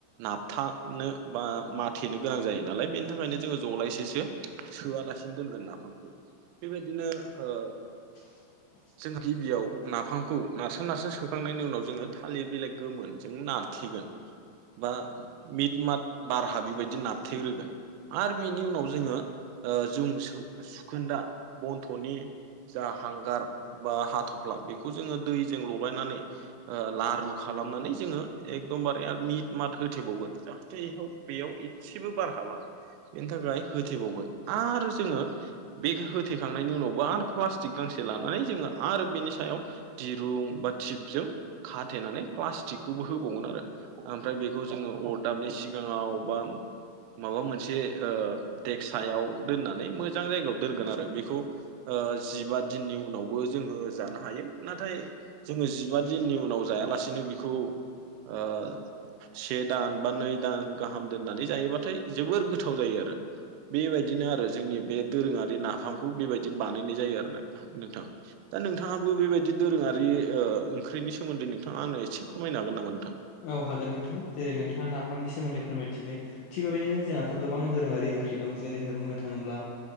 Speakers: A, on the right; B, on the left.
A: नाबथाबनो बा माथेनो गोनां जायो नालाय बेनि थाखायनो जोङो जलायसेसो सोआलासिनो दोनगोन नाफामखौ बेबायदिनो ओ
B: <inaudible>
A: जों गिबियाव नाफामखौ नारसो नारसो सोखांनायनि उनाव जोङो थालिर बिलाइ गोमोन जों नारथेगोन बा मिट मात बारहा बेबायदि नारथेग्रोगोन आरो बिनि उनाव जोङो ओ जों सुखोन्दा बन्थ'नि जा हांगार बा हाथ'फ्ला बेखौ जोङो दैजों लगायनानै ओ लारु खालामनानै जोङो एकदमबारे आरो मिट मत होथेबावगोन जाहाथे बेयाव एसेबो बारहाबा बेनि थाखाय होथेबावगोन आरो जोङो बे होथेखांनायनि उनावबो आरो प्लास्टिक गांसे लानानै जोङो आरो बेनि सायाव दिरुं बा थिबजों खाथेनानै प्लास्टिकखौबो होबावगोन आरो ओमफ्राय बेखौ जोङो अरदाबनि सिगां सिगाङाव बा माबा मोनसे ओ देख सायाव दोननानै मोजां जायगायाव दोनगोन आरो बेखौ ओ जिबा दिननि उनावबो जोङो जानो हायो नाथाय जोङो जिबा दिननि उनाव जायालासिनो बिखौ ओ से दान बा नै दान गाहाम दोननानै जायोबाथाय जोबोर गोथाव जायो आरो बेबाय दिनो आरो जोंनि बे दोरोङारि नाफामखौ बेबायदि बानायनाय जायो आरो नोंथां नोंथां दा नोंथां नोंथाङाबो बेबायदि दोरोङारि ओ ओंख्रिनि सोमोन्दै नोंथाङा आंनो एसे फोरमायनो हागोन नामा नोंथां
B: औ हागोन नोंथां जेरै नोंथाङा नाफामनि सोमोन्दै फोरमायथिबाय थिग बेबायदिनो जोंहाथ' गोबां दोरोङारि ओंख्रि दं जेरैहाय बुंनो थाङोब्ला